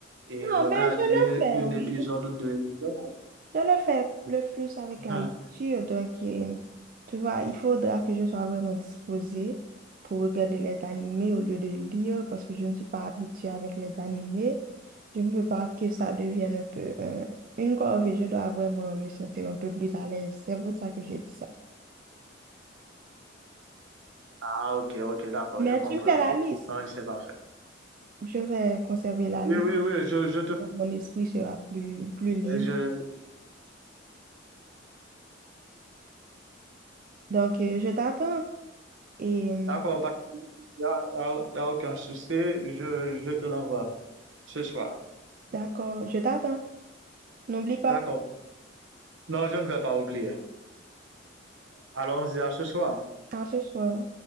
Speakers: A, on the right; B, on the right.
A: et
B: Non,
A: regarder
B: mais je le fais,
A: un
B: oui.
A: épisode ou deux épisodes.
B: Je le fais le plus avec
A: Mhm.
B: la lecture, donc euh, tu vois, il faudra que je sois vraiment disposée pour regarder les animés au lieu de lire parce que je ne suis pas habituée avec les animés. Je ne veux pas que ça devienne un peu euh, une corvée. Je dois vraiment me sentir un peu plus à l'aise. C'est pour ça que j'ai dit ça.
A: Ah, ok, ok, d'accord,
B: Mais
A: je comprends.
B: tu me fais la liste.
A: Oui, c'est parfait.
B: Je vais conserver la
A: Oui,
B: liste.
A: oui, oui, je, je te,
B: Mon esprit sera plus, plus libre.
A: je,
B: Donc, euh, je t'attends. Et euh,
A: d'accord, pas, de problème. il y a, y a- y a aucun souci, je, je te l'envoie ce soir.
B: d'accord, je t'attends. N'oublie pas,
A: D'accord. Non, je ne vais pas oublier. Allons-y à ce soir.
B: à ce soir.